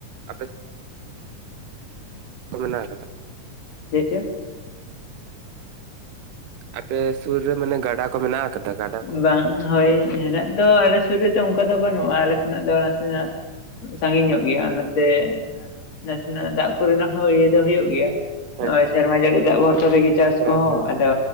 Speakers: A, on the right; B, on the left.
A: ᱟᱯᱮ <unintelligible> ᱢᱮᱱᱟᱜ ᱟᱠᱟᱫᱟ᱾
B: ᱪᱮᱫ ᱪᱚ?
A: ᱟᱯᱮ ᱥᱩᱨ ᱨᱮ ᱢᱟᱱᱮ ᱜᱟᱰᱟ ᱠᱚ ᱢᱮᱱᱟᱜ ᱟᱠᱟᱫᱟ? ᱜᱟᱰᱟ ᱠᱚ?
B: ᱵᱟᱝ ᱦᱳᱭ ᱦᱮᱱᱟᱜ ᱫᱚ ᱟᱞᱮ ᱥᱩᱨ ᱨᱮᱫᱚ ᱚᱱᱠᱟ ᱫᱚ ᱵᱟᱹᱱᱩᱜᱼᱟ ᱟᱞᱮ ᱠᱷᱚᱱᱟᱜ ᱫᱚ ᱱᱟᱥᱮᱱᱟᱜ ᱥᱟᱺᱜᱤᱧ ᱧᱚᱜ ᱜᱮᱭᱟ ᱚᱱᱟᱛᱮ ᱱᱟᱥᱮᱱᱟᱜ ᱫᱟᱜ ᱠᱚᱨᱮᱱᱟᱜ ᱦᱚᱸ ᱤᱭᱟᱹ ᱫᱚ ᱦᱩᱭᱩᱜ ᱜᱮᱭᱟ
A: ᱦᱮᱸ
B: ᱱᱚᱭᱚ ᱥᱮᱨᱢᱟ ᱡᱟᱹᱲᱤ ᱫᱟᱜ ᱵᱷᱚᱨᱥᱟ ᱨᱮᱜᱮ ᱪᱟᱥ
A: ᱦᱮᱸ
B: ᱠᱚᱦᱚᱸ
A: ᱦᱮᱸ
B: ᱟᱫᱚ